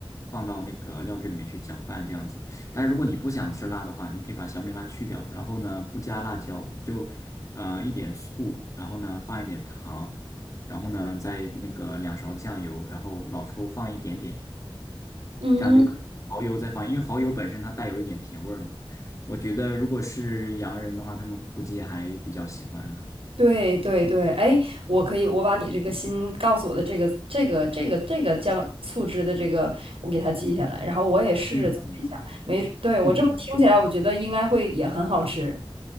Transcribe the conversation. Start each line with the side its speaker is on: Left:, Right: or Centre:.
Left: 放到那个料汁里面去搅拌这样子。但是如果你不想吃辣的话，你可以把小米辣去掉，然后呢不加辣椒，就呃一点醋，然后呢放一点糖，然后呢再那个两勺酱油，然后老抽放一点点，
Right: 嗯，
Left: 这样就可以。蚝油再放，因为蚝油本身它带有一点甜味儿嘛。我觉得如果是洋人的话，他们估计还比较喜欢呢。
Right: 对对对，哎，我可以，我把你这个新告诉我的这个这个这个这个酱醋汁的这个，我给它记下来，然后我也试着做一下，
Left: 嗯嗯。
Right: 没，对，我这么听起来，
Left: 嗯嗯嗯，
Right: 我觉得应该会也很好吃。